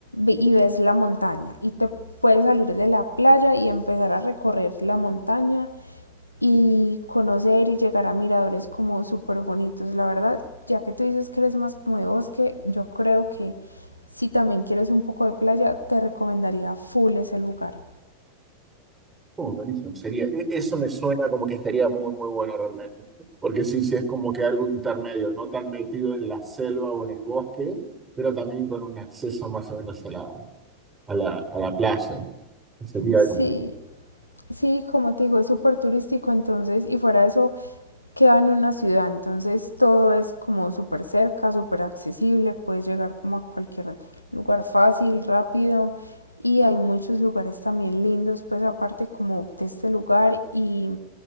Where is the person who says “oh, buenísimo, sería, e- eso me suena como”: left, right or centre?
Right